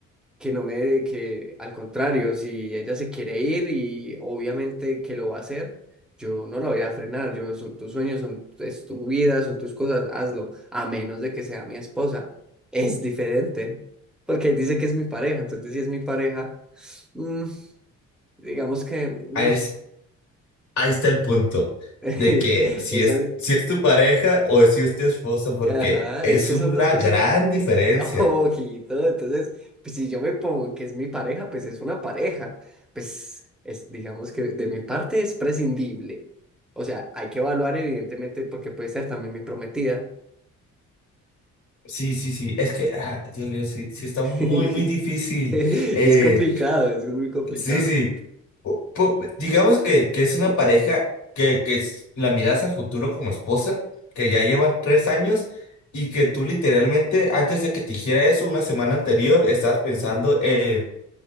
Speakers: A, in the centre; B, on the left.
A: que no me, que al contrario, si ella se quiere ir y obviamente que lo va a hacer, yo no la voy a frenar, yo son tus sueños, son, es tu vida, son tus cosas, hazlo, a menos de que sea mi esposa. Es diferente, porque dice que es mi pareja, entonces si es mi pareja, mm, digamos que mm,
B: Ahí, es- ahí está el punto
A: <laughs>
B: de que si
A: esa-
B: es, si es tu pareja o si es tu esposa, porque
A: ajá,
B: es
A: es que
B: una
A: son dos cosas
B: gran
A: <laughs>
B: diferencia.
A: Ojito, entonces, pues, si yo me pongo que es mi pareja, pues es una pareja. Pues es, digamos que de mi parte es prescindible. O sea, hay que evaluar evidentemente porque puede ser también mi prometida.
B: Sí, sí, sí. Es que, ah, Dios mío, sí, sí está
A: <laughs>
B: muy, muy difícil.
A: Es
B: Eh,
A: complicado, es muy complicado.
B: sí, sí. Po- po- digamos que, que es una pareja que, que es- la miras a futuro como esposa, que ya llevan tres años y que tú literalmente, antes de que te dijera eso, una semana anterior, estabas pensando en,